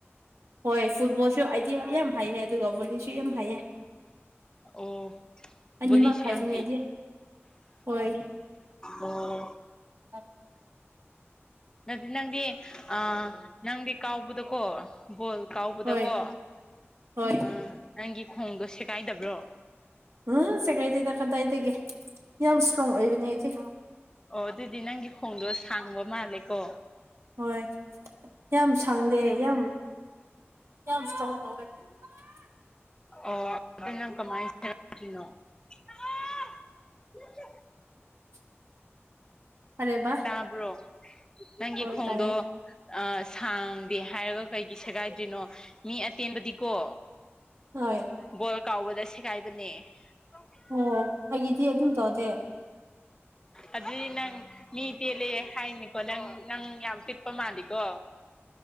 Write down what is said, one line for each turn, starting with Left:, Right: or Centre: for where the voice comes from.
Right: ꯍꯣꯏ ꯐꯨꯠꯕꯣꯜꯁꯨ ꯑꯩꯗꯤꯌꯥ ꯌꯥꯝ ꯍꯩꯌꯦ ꯑꯗꯨꯒ ꯚꯣꯂꯤꯁꯨ ꯌꯥꯝ ꯍꯩꯌꯦ
Left: ꯑꯣ
Right: ꯑꯅꯤꯃꯛ
Left: ꯕꯣꯂꯤꯁꯨ
Right: ꯍꯩꯕꯅꯦꯗꯤ
Left: ꯌꯥꯝ
Right: ꯍꯣꯏ
Left: ꯑꯣꯝ
Right: ꯑꯥꯛ <unintelligible>
Left: ꯅꯇꯦ ꯅꯪꯗꯤ ꯑ ꯅꯪꯗꯤ ꯀꯥꯎꯕꯗꯀꯣ ꯕꯣꯜ ꯀꯥꯎꯕꯗꯀꯣ
Right: ꯍꯣꯏ ꯍꯣꯏ
Left: ꯑ ꯅꯪꯒꯤ ꯈꯣꯡꯗꯣ ꯁꯦꯒꯥꯏꯗꯕ꯭ꯔꯣ
Right: ꯎꯝ ꯁꯦꯒꯥꯏꯗꯦꯗ ꯀꯗꯥꯏꯗꯒꯤ ꯌꯥꯝ ꯏꯁꯇ꯭ꯔꯣꯡ ꯑꯣꯏꯕꯅꯦ ꯑꯩꯗꯤ
Left: ꯑꯣ ꯑꯗꯨꯗꯤ ꯅꯪꯒꯤ ꯈꯣꯡꯗꯣ ꯁꯥꯡꯕ ꯃꯥꯜꯂꯦꯀꯣ
Right: ꯍꯣꯏ ꯌꯥꯝ ꯁꯥꯡꯗꯦ ꯌꯥꯝ ꯌꯥꯝ ꯏꯁꯇ꯭ꯔꯣꯡ <unintelligible> ꯇꯧꯋꯦ <inaudible>
Left: ꯑꯣ ꯑꯗꯨ ꯀꯃꯥꯏ <unintelligible>
Right: <inaudible> ꯀꯔꯦꯕ
Left: ꯇꯥꯕ꯭ꯔꯣ ꯅꯪꯒꯤ
Right: ꯍꯣꯏ
Left: ꯈꯣꯡꯗꯣ
Right: ꯇꯥꯏꯌꯦ
Left: ꯑ ꯁꯥꯡꯗꯦ ꯍꯥꯏꯔꯒ ꯀꯩꯒꯤ ꯁꯦꯒꯥꯏꯗ꯭ꯔꯤꯅꯣ ꯃꯤ ꯑꯇꯦꯟꯕꯗꯤꯀꯣ
Right: ꯍꯣꯏ
Left: ꯕꯣꯜ ꯀꯥꯎꯕꯗ ꯁꯦꯒꯥꯏꯕꯅꯦ ꯑꯣꯦ <unintelligible>
Right: ꯑꯣ ꯑꯩꯒꯤꯗꯤ ꯑꯗꯨꯝ ꯇꯧꯗꯦ
Left: ꯑꯗꯨꯗꯤ ꯅꯪ ꯃꯤ ꯄꯦꯜꯂꯦ ꯍꯥꯏꯅꯤꯀꯣ ꯅꯪ ꯅꯪ ꯌꯥꯝ ꯄꯤꯛꯄ ꯃꯥꯜꯂꯤꯀꯣ